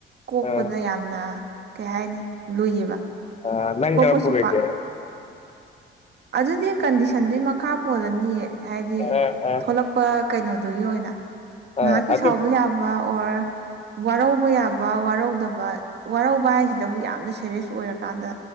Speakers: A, on the right (about 60°); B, on the left (about 35°).
A: ꯀꯣꯛꯄꯗ
B: ꯑꯥ
A: ꯌꯥꯝꯅ ꯀꯩ ꯍꯥꯏꯅꯤ ꯂꯨꯏꯌꯦꯕ
B: ꯑ ꯅꯪ
A: ꯀꯣꯛꯄꯁꯨ
B: ꯀꯔꯝꯝꯕꯔꯦꯇꯦ
A: ꯄꯥꯛ ꯑꯗꯨꯗꯤ ꯀꯟꯗꯤꯁꯟꯗꯨꯒꯤ ꯃꯈꯥ ꯄꯣꯜꯂꯅꯤ ꯍꯥꯏꯗꯤ
B: ꯑꯥ ꯑꯥ
A: ꯊꯂꯛꯄ ꯀꯩꯅꯣꯗꯨꯒꯤ ꯑꯣꯏꯅ ꯉꯥꯏꯍꯥꯛꯀꯤ
B: ꯑꯥ ꯑꯗꯨ
A: ꯁꯥꯎꯕ ꯌꯥꯕ ꯑꯣꯔ ꯋꯥꯔꯧꯕ ꯌꯥꯕ ꯋꯥꯔꯧꯗꯕ ꯋꯥꯔꯧꯕ ꯍꯥꯏꯁꯤꯗꯕꯨ ꯌꯥꯝꯅ ꯁꯦꯔꯤꯌꯁ ꯑꯣꯏꯔꯀꯥꯟꯗ